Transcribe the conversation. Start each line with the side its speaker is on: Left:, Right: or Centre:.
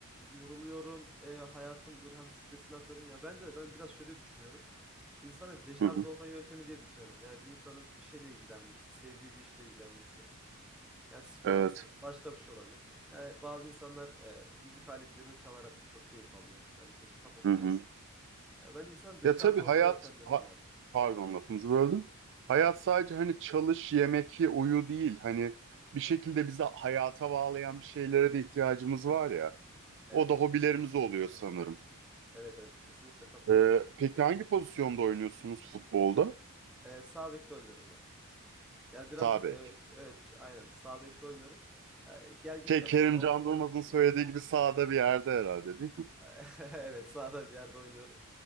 Centre: yoruluyorum, e, hayatın böyle hani stresini atıyorum. Ya bence de ben biraz şöyle düşünüyorum. İnsana deşarj
Right: Hı hı.
Centre: olma yöntemi diye düşünüyorum. Yani bir insanın bir şeyle ilgilenmesi, sevdiği bir işle ilgilenmesi. Yani spor
Right: Evet.
Centre: olsun, başka bir şey olabilir. Yani bazı insanlar e, müzik aletlerini çalarak çok keyif alıyor. Yani mesela kitap okumak.
Right: Hı hı.
Centre: Yani bence insanın deşarj
Right: Ya tabii
Centre: olma
Right: hayat,
Centre: yöntemleri
Right: ha-
Centre: bunlar.
Right: pardon lafınızı böldüm. Hayat sadece hani çalış, yemek, ye, uyu değil. Hani bir şekilde bizi hayata bağlayan bir şeylere de ihtiyacımız var ya.
Centre: Evet.
Right: O da hobilerimiz oluyor sanırım.
Centre: Evet evet kesinlikle katılıyorum.
Right: Ee, peki hangi pozisyonda oynuyorsunuz futbolda?
Centre: E, sağ bekte oynuyorum ben. Yani birazcık
Right: Sağ bek.
Centre: evet, evet aynen sağ bekte oynuyorum. Yani gel git
Right: Şey,
Centre: yapıyorum.
Right: Kerim
Centre: O,
Right: Can Durmaz'ın
Centre: o
Right: söylediği gibi sağda bir yerde herhalde değil mi?
Centre: <laughs> Evet sağda bir yerde oynuyorum.